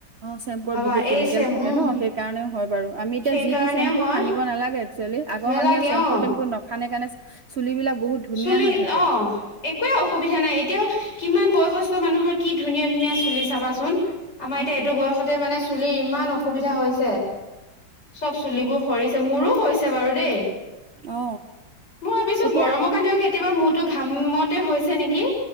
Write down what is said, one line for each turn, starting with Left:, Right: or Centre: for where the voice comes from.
Right: অ', চেম্পুত
Left: ভাবা
Right: বহুত কেমিকেল
Left: এই চেম
Right: থাকে
Left: উম
Right: ন', সেই কাৰণেও হয় বাৰু আমি এতিয়া
Left: সেই
Right: যি
Left: কাৰণেও
Right: টি চেম্পু
Left: হয়
Right: খানিব নালাগে একচুৱেলি আগৰ
Left: নালাগে
Right: মানুহে চেম্পু
Left: অ
Right: টেম্পু নখানে কাৰণে চুলিবিলাক বহুত ধুনীয়া
Left: চুলি
Right: হৈ থাকে।
Left: অ একোৱে অসুবিধা নাই এতিয়াও কিমান বয়স সস্থ মানুহৰ কি ধুনীয়া ধুনীয়া চুলি চাবাচোন। আমাৰ
Right: উম,
Left: এতিয়া এইটো বয়সতে মানে চু তুলি ইমান অসুবিধা হৈছে। চব চুলিবোৰ
Right: সেইটো।
Left: সৰিছে মোৰো হৈছ থিয়া বাৰু দেই।
Right: অ
Left: মই ভাবিছো
Right: এতিয়া
Left: গৰমৰ কাৰণেও কেতিয়াবা মূৰটো ঘামতে হৈছে নেকি।